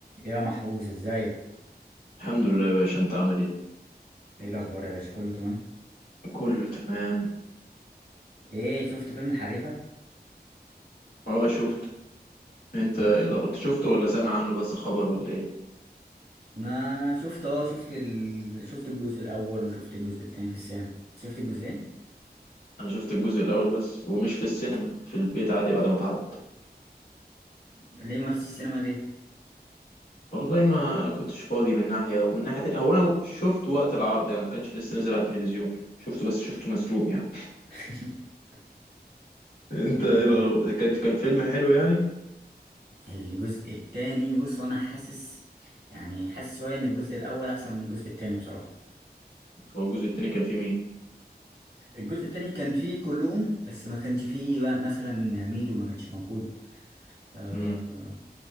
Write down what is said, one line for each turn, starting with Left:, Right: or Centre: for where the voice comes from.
Right: يا محروس ازيك
Left: الحمد لله يا باشا انت عامل ايه
Right: ايه الاخبار يا باشا كله تمام
Left: كله تمام
Right: ايه شفت فيلم الحريفه
Left: اه شفت انت
Right: يعني.
Left: ايه الاخر شفته ولا سامع عنه بس خبر ولا ايه
Right: انا شفت اه شفت ال... شفت الجزء الاول وشفت الجزء التاني في السينما شفت الجزئين
Left: انا شفت الجزء الاول بس ومش في السينما في البيت عادي بعد ما اتعرض
Right: ليه ما رحتش السينما ليه
Left: والله ما كنتش فاضي من ناحية ومن ناحية تانية هو انا شفت وقت العرض يعني ما كانش لسه نزل على التلفزيون شفته بس شفته مسروق يعني
Right: <laughs>
Left: <laughs> انت
Right: انا
Left: ايه الاخر كان كان فيلم حلو يعني
Right: الجزء التاني بص انا حاسس يعني حاسس شويه ان الجزء الاول احسن من الجزء التاني بصراحه
Left: هو الجزء التاني كان فيه مين
Right: الجزء التاني كان فيه كلهم بس ما كانش فيه بقى مثلا ميدو ما كانش موجود آه
Left: امم